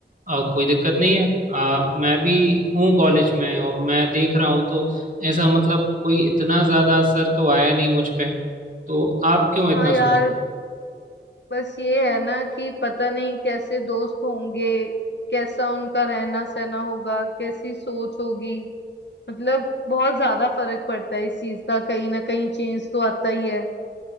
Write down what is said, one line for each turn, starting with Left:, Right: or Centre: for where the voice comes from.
Right: अ, कोई दिक्कत नहीं है अ, मैं भी हूँ कॉलेज में और मैं देख रहा हूँ तो ऐसा मतलब कोई इतना ज़्यादा असर तो आया नहीं मुझ पे तो आप क्यों इतना
Left: हाँ यार
Right: सोच
Left: बस ये है ना कि पता नहीं कैसे दोस्त होंगे कैसा उनका रहना सहना होगा कैसी सोच होगी मतलब बहुत ज्यादा फर्क पड़ता है इस चीज का कहीं ना कहीं चेंज तो आता ही है